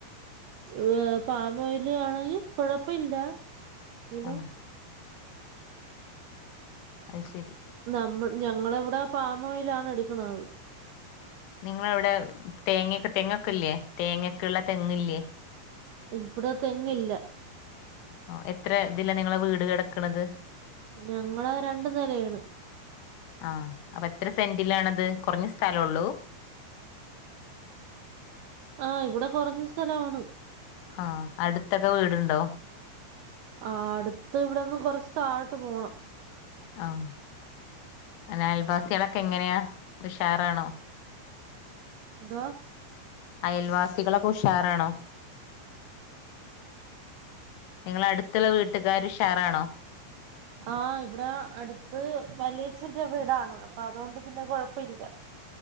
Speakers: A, on the right; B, on the left.
A: ഏഹ് പാമോയില് ആണെങ്കിൽ കൊഴപ്പയില്ല ങ്കിലും
B: ആഹ് അത് ശരി
A: നമ്മൾ ഞങ്ങളെവിടെ പാമോയിലാണ് എടുക്കുന്നത്
B: നിങ്ങളവിടെ തേങ്ങക്കെ തെങ്ങൊക്ക ഇല്ലേ? തേങ്ങ ഒക്കെയുള്ള തെങ്ങില്ലേ?
A: ഇവിടെ തെങ്ങ് ഇല്ല
B: ആ എത്ര ഇതില നിങ്ങളെ വീട് കിടക്കണത്?
A: ഞങ്ങള് രണ്ടു നിലയാണ്
B: ആ അപ്പൊ എത്ര സെന്റിലാണത് കുറഞ്ഞ സ്ഥലം ഉള്ളൂ.
A: ആ ഇവിടെ കുറഞ്ഞ സ്ഥലാണ്
B: അ അടുത്തൊക്കെ വീടുണ്ടോ?
A: ആ അടുത്ത് ഇവിടെന്ന് കൊറച്ച് താഴോട്ട് പോണം.
B: ആഹ, എങ്ങനെ അൽവാസികളൊക്കെ എങ്ങനെയാ ഉഷാറാണോ?
A: എന്തോ
B: അയൽവാസികളൊക്കെ ഉഷാറാണോ? നിങ്ങള അടുത്തുള്ള വീട്ടുകാർ ഉഷാറാണോ?
A: ആ ഇവിടെ അടുത്ത് വലിയച്ചന്റെ വീടാണ് അപ്പൊ അതുകൊണ്ട് പിന്നെ കുഴപ്പല്ല.